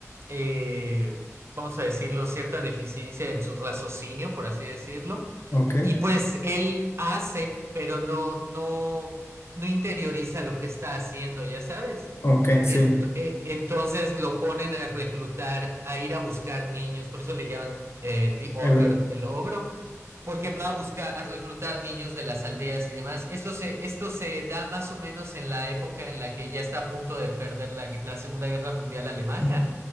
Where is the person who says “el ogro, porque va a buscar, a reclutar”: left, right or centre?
Right